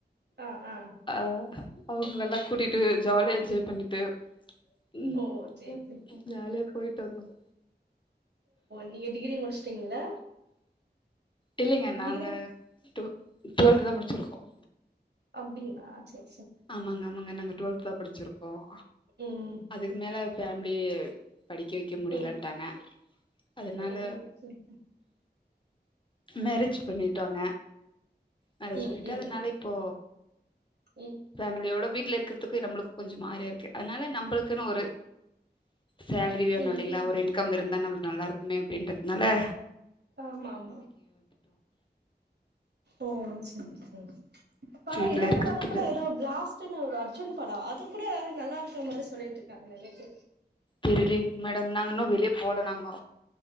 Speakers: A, on the right; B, on the left.
A: ஆ ஆ
B: ஆஹ் அவங்கள எல்லாம் கூட்டிட்டு ஜாலிய சேவ் பண்ணிட்டு ம்
A: ஓ செரி செரி
B: ஜாலியா போயிட்டு வந்தோங்க
A: நீங்க டிகிரி முடிச்சுட்டீங்களா
B: இல்லைங்க நாங்க
A: டிகிரி
B: டு டுவெல்த் தான் முடிச்சிருக்கோம்
A: அப்படின்ங்களா ஆ சரி
B: ஆமாங்க -ஆமாங்க நாங்க டுவெல்த தான் படிச்சிருக்கோம்
A: ம்
B: அதுக்கு மேல பேமிலி படிக்க வைக்க முடியலட்டாங்க
A: ம்
B: அதனால
A: ஓ சேரி
B: மேரேஜ் பண்ணிட்டாங்க மேரேஜ்
A: ம்
B: பண்ணீட்டா
A: ம்
B: அதனால இப்போ
A: ம்
B: ஃபேமிலியோட வீ வீட்ல இருக்கிறதுக்கு நம்மளுக்கு கொஞ்சோ மாதிரியா இருக்கு அதனால நம்மளுக்குன்னு ஒரு சேல்ரிய
A: ம்
B: நல்லா
A: ம்
B: ஒரு இன்கம் இருந்தா நம்மளுக்கு நல்லாருக்குமே அப்படின்றது னல
A: ஆமா ஆமா ஓ சரி சரி படம்
B: வீட்ல
A: இன்னொரு
B: இருக்கிறதுக்கு
A: படம் கூட ஏதோ பிளா்ட்ன்னு ஒரு அ அர்ஜுன் படம் அது கூட நல்லா இருக்கற மாதிரி சொல்லிட்டு இருக்காங்க நெறய பேரு
B: தெரியலங்க மேடம் நாங்க இன்னும் வெளியே போல நாங்க